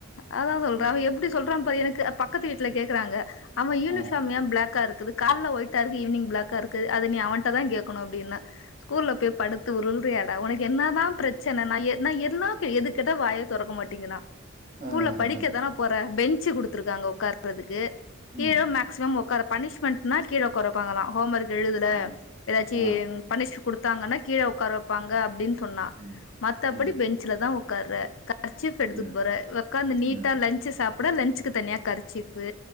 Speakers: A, on the left; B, on the right.
A: அதான் சொல்றான்
B: ம்.
A: அவன் எப்டி சொல்றான் பாரு எனக்கு பக்கத்து வீட்ல கேக்குறாங்க ஆமா யூனிஃபார்ம்
B: ஆ.
A: ஏன் பிளாக்கா இருக்கு கால ஒயிட் கரு ஈவினிங் பிளாக்கா இருக்கு அது நீ அவன்ட்ட தான் கேட்கனும் அப்டின்னான் ஸ்கூல்ல போய் படு த்து உருள்றியடா உனக்கு என்ன தான் பிரச்சன நா எ ந எதன்னா எது கேட்டா வாயே தொறக்க மாட்டெங்கறா ஸ்கூல்ல
B: அ, அ,
A: படிக்கதான
B: அ.
A: போற பெஞ்சு குடுத்துருக்காங்க உட்கார்றதுக்கு கீழ
B: ம்.
A: மேக்சிமம் உக்கார பனிஷ்மெண்ட்னா கீழ உக்காற வைப்பாங்களா ஹோம்ஒர்க் எழுதல
B: ஆ.
A: ஏதாச்சி
B: ஆ.
A: பனிஷ் குடுத்தாங்கன்னா கீழே உட்கார வைப்பாங்க அப்டின் சொன்னா
B: ம்.
A: மத்த
B: ம்.
A: படி பெஞ்சல தான் உட்கார க கர்ச்சீஃப் எடுத்துக்கிட்டு
B: ம்.
A: போற உக்காந்து நீட்டா
B: ம்.
A: லன்ச் சாப்பிட லன்சுக்கு தனியா கரிச்சீஃப்ஃபு